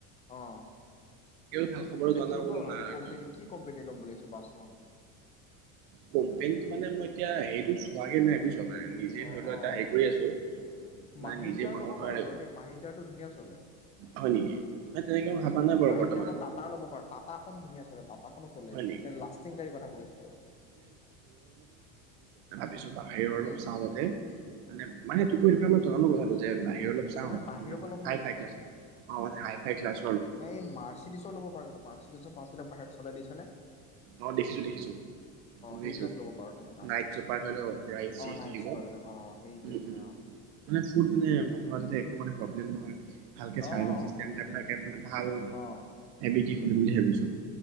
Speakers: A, on the left; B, on the right.
A: অ
B: ভাল খবৰো
A: দে
B: জনাবলৈ
A: কিহৰ
B: মাহঁতক
A: কোম্পানী কি কোম্পানী ল'ম বুলি ভাবিছ বাছখন
B: কোম্পানীটো মানে মই এতিয়া হেৰিটো চোৱাগে নাই বুজিছ মানে নিজে
A: অ
B: ধৰি লও
A: অ
B: এটা হেৰি কৰি আছো মানে
A: মাহিন্দ্ৰাৰ
B: নিজে বনোৱা
A: ল'ব
B: কাৰণে
A: পাৰ বাৰু দেই মাহিন্দ্ৰাটো ধুনীয়া চলে
B: হয় নেকি মানে তেনেকে
A: উম
B: ভাবা নাই বাৰু
A: মাহিন্দ্ৰা
B: বৰ্তমান
A: বা টাটা ল'ব পাৰ টাটা খন ধুনীয়া চলে টাটাখনো চলে
B: হয় নেকি
A: মনে লাষ্টিং গাড়ীৰ কথা কৈ আছো আৰু
B: বিছো বাহিৰৰ অলপ
A: উম
B: চাওঁতে মানে <unintelligible> জনানো কথাটো যে বাহিৰ অলপ চাওঁ
A: তই মানে
B: অ',
A: বাহিৰৰ পৰা ল'ম বুলি
B: হাই
A: ভাবিছ
B: ফাই ক্লাছ অ', মই হাই ফাই ক্লাছ
A: <unintelligible> এই মাৰ্চিডিছৰ ল'ব পাৰে মাৰ্চিডছ <unintelligible> <unintelligible>
B: অ', দেখিছো দেখিছো দেখিছো
A: সেইবিলাক ল'ব পাৰ তেনেকা
B: নাইট চুপাৰ <unintelligible> <unintelligible> প্ৰব্লেম
A: অ নাইট চুপাৰ বিলাক অ সেইটোৱে অ
B: নহয়। ভালকে চাৰ্জিং
A: অ
B: চিষ্টেম
A: ঠিকেই
B: টাইপ থাকে মানে ভাল <unintelligible>
A: অ
B: কৰিম বুলি ভাবিছোঁ।